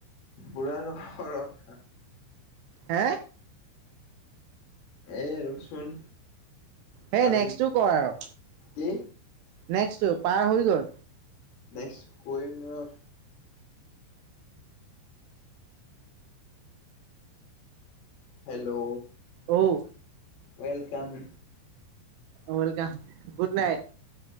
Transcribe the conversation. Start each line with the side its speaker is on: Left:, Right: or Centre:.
Left: পুৰা <unintelligible>
Right: হে।
Left: এ, ৰ'চোন।
Right: সেই
Left: কালি
Right: নেক্সটো কৰ আৰু,
Left: কি
Right: নেক্সটো পাৰ হৈ গ'ল।
Left: নেক্স কৰিম ৰ'। হেল্ল'?
Right: অউ।
Left: ৱেলকাম।
Right: Welcome, good night.